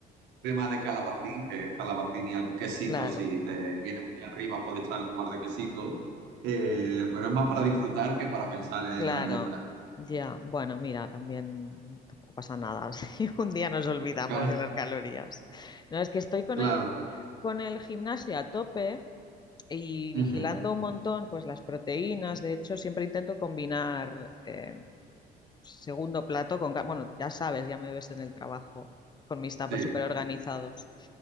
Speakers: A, on the right; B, on the left.
A: crema de calabacín, que es calabacín y algún quesito,
B: claro,
A: si te viene muy arriba puedes echarle un par de quesitos, eh, pero es más para disfrutar que para pensar en
B: claro.
A: la dieta. <laughs>
B: Ya, bueno, mira, también tampoco pasa nada <laughs> si un día nos olvidamos
A: Claro,
B: de las calorías. No, es que estoy con
A: claro.
B: el, con el gimnasio a tope y vigilando
A: Ujú,
B: un montón, pues las proteínas. De hecho, siempre intento combinar eh, segundo plato con, ca- bueno, ya sabes, ya me ves en el trabajo con mis tuppers
A: Sí,
B: súper organizados.